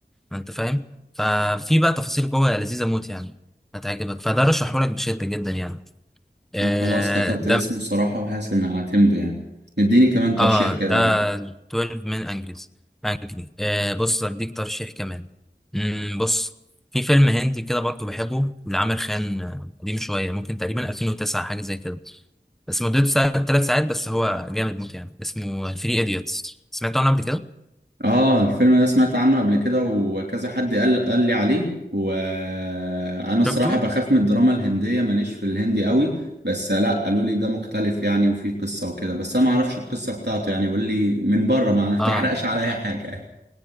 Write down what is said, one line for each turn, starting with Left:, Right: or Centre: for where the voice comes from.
Centre: انت فاهم ففي بقى تفاصيل جوه لذيذه موت يعني هتعجبك فده رشحهولك بشده جدا يعني آه
Right: أنا خلاص كتبت
Centre: ده
Right: اسمه الصراحة وحاسس إن هعتمده يعني اديني كمان ترشيح
Centre: اه
Right: كده
Centre: ده
Right: يعني
Centre: 12 من انجليز انجلي آه بص هديك ترشيح كمان مم بص في فيلم هندي كده برضه بحبه لعامر خان آه، قديم شويه ممكن تقريبا 2009 حاجه زي كده بس مدته ساعة ثلاث ساعات بس هو جامد موت يعني اسمه ثري ايديوتس سمعت عنه قبل كده
Right: آه الفيلم ده سمعت عنه قبل كده وكذا حد قال قال لي عليه وأنا الصراحة
Centre: شفته
Right: بخاف من الدراما الهندية ماليش في الهندي قوي بس لأ قالوا لي ده مختلف يعني وفيه قصة وكده بس أنا معرفش القصة بتاعته يعني قول لي من بره ما
Centre: اه
Right: تحرقش عليا حاجة